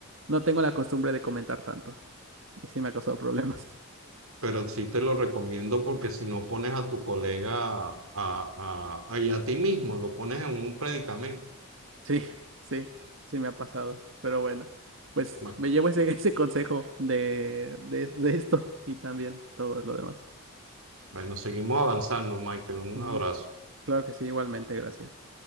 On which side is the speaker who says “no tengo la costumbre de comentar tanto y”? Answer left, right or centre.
Right